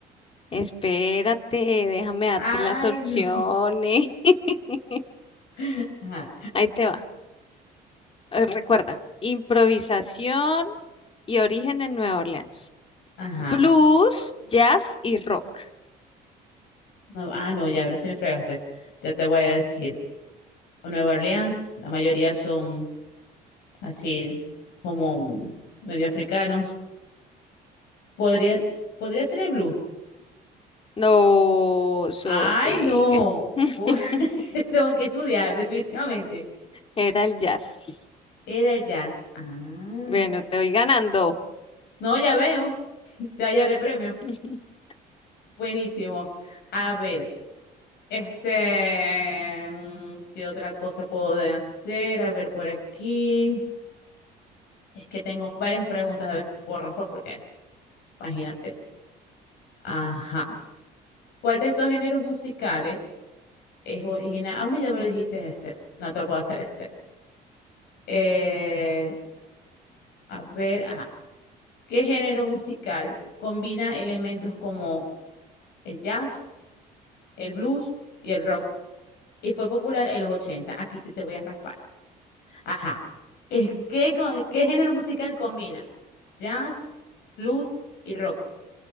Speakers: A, on the left; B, on the left.
A: Espérate, déjame darte
B: Ay,
A: las opciones.
B: no.
A: <laughs>
B: <laughs> Ajá.
A: Ahí te va. Eh, Recuerda, improvisación y origen en Nueva Orleans.
B: Ajá.
A: Blues, jazz y rock.
B: No, ah, no, ya ahora sí me fregaste. Ya te voy a decir. o Nueva Orleans, la mayoría son así como medio africanos. Podría, podría ser el blues.
A: No, sorry.
B: Ay, no.
A: <laughs>
B: <laughs> Tengo que estudiar, <laughs> definitivamente.
A: Era el jazz.
B: Era el jazz. Ah.
A: Bueno, te voy ganando.
B: No, ya veo. <laughs> Te hallaré premio.
A: <laughs>
B: Buenísimo. A ver, este, mm, ¿qué otra cosa puedo hacer? A ver, por aquí. Es que tengo varias preguntas, a ver si te puedo raspar, porque imagínate. Ajá. ¿Cuál de estos géneros musicales es original? Ah, bueno, ya me lo dijiste este. No te lo puedo hacer este. Eh, a ver, ajá. ¿Qué género musical combina elementos como el jazz, el blues y el rock? Y fue popular en los 80? Aquí sí te voy a raspar. Ajá. Eh, ¿Qué, co- qué género musical combina jazz, blues y rock?